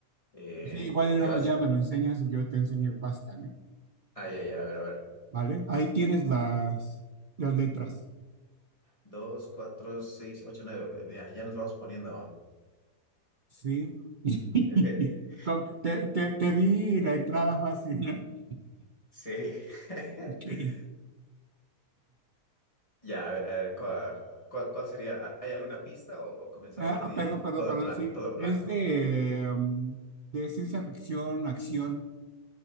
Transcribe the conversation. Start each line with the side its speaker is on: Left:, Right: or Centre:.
Left: Eh,
Right: Sí, igual
Left: como
Right: y luego
Left: que vas,
Right: ya me lo enseñas y yo te enseño el Basta, ¿no?
Left: ay, ay, a ver, a ver.
Right: ¿Vale? Ahí tienes las, las letras.
Left: Dos, cuatro, seis, ocho, nueve. Eh, Mira, ya nos vamos poniendo.
Right: Sí. <laughs>
Left: eh,
Right: Com- Te, te, te di
Left: eh,
Right: la
Left: eh,
Right: entrada fácil, ¿no? <laughs>
Left: sí. <laughs>
Right: Ok.
Left: Ya, a ver, a ver, ¿cuál, cuál, cuál sería? ¿Hay alguna pista o o comenzamos
Right: Ah,
Left: así
Right: ah, perdón, perdón,
Left: todo
Right: perdón,
Left: en blanco,
Right: sí.
Left: todo en
Right: Es
Left: blanco?
Right: de, um, de ciencia ficción, acción.